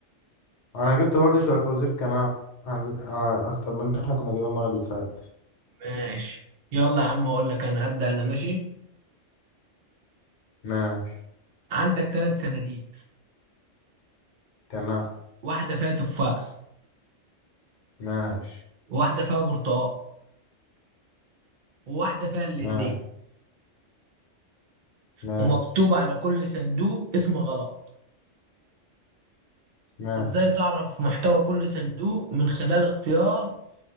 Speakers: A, on the left; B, on the right.
A: انا جبت برضه شويه فوازير كمان عن- ع- اكتر من اللي احنا كنا جايبين المره اللي فاتت
B: ماشي يلا يا عم اقول لك انا ابدأ انا ماشي
A: ماشي
B: عندك ثلاث صناديق
A: تمام
B: واحدة فيها تفاح
A: ماشي
B: وواحدة فيها برتقال وواحدة فيها الاتنين
A: ماشي ماشي
B: ومكتوب على كل صندوق اسم غلط
A: ماشي
B: ازاي تعرف محتوى كل صندوق من خلال اختيار